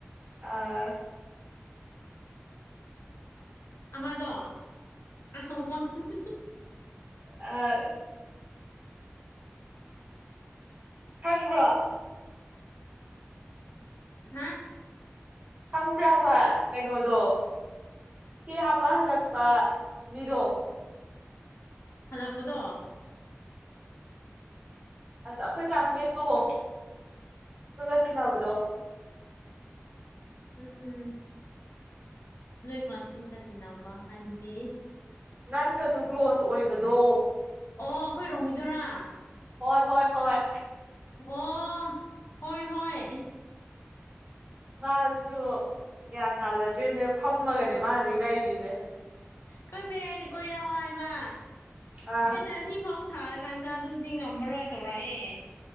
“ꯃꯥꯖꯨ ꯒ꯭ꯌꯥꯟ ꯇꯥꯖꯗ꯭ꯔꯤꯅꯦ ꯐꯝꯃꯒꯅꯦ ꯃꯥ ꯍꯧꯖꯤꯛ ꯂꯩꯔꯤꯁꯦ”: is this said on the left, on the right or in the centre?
Right